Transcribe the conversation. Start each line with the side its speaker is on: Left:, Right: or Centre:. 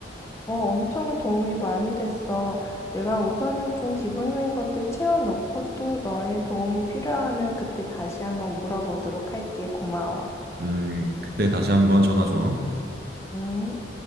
Left: 어, 엄청 도움이 많이 됐어. 내가 우선은 좀 기본적인 것들 채워놓고 또 너의 도움이 필요하면 그때 다시 한번 물어보도록 할게. 고마워.
Right: 음, 그때 다시 한번 전화 줘.
Left: 음.